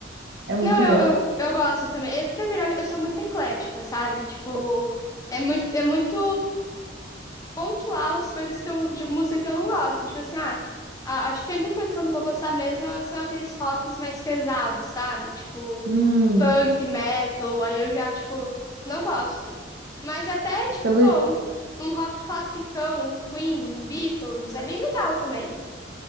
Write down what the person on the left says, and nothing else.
Não,
eu, eu, eu gosto também. Eu, na verdade, eu sou muito eclética, sabe? Tipo, é muito, é muito pontual as coisas que eu, de música que eu não gosto. Tipo assim, ah, a- acho que a única coisa que eu não vou gostar mesmo são aqueles rocks mais pesados, sabe? Tipo,
punk, metal, aí eu já, tipo, não gosto. Mas até, tipo,
pô, um, um rock classicão, um Queen, um Beatles, é bem legal também.